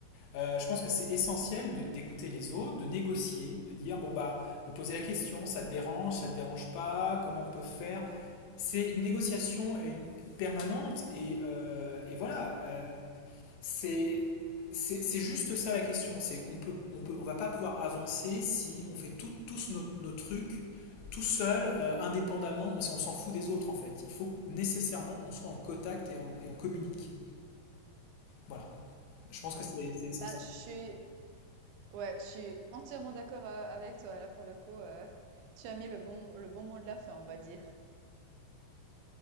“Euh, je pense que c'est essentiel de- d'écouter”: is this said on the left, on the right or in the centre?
Left